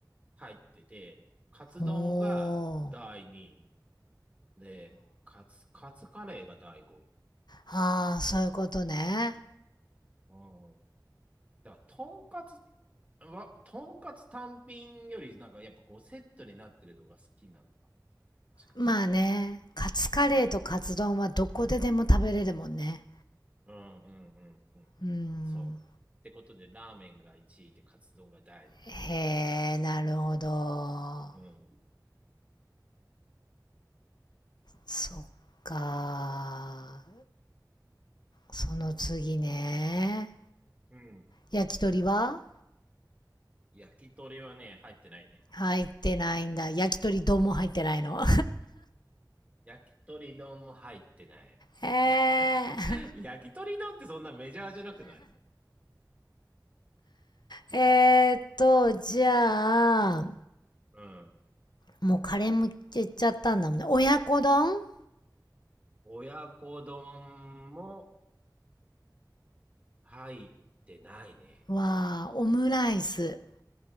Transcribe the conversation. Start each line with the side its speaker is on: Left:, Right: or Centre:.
Right: 入ってて、カツ丼が第2位
Left: おー。
Right: で、カツ、カツカレーが第5位。
Left: ああ、そういうことね。
Right: うんだから、とんかつは、とんかつ単品より、なんかやっぱこうセットになってるのが好きなのか、もしかして。
Left: まあね、カツカレーとカツ丼はどこででも食べれるもんね。
Right: うん。うんうんうんうん。
Left: うん。
Right: そう。ってことで、ラーメンが1位で、カツ丼が第二位。
Left: へえ、なるほど。
Right: うん。
Left: そっか。その次ね。
Right: うん。
Left: 焼き鳥は
Right: 焼き鳥はね、入ってないね。
Left: 入ってないんだ。焼き鳥丼も入ってないの。
Right: 焼き鳥丼も入ってない。
Left: <laughs> ええ。
Right: いや、<laughs> 焼き鳥丼ってそんなメジャーじゃなくない
Left: えーっと、じゃあ、
Right: うん。
Left: もうカレーもいっちゃったんだもんね。親子丼
Right: 親子丼も入ってないね。
Left: はオムライス。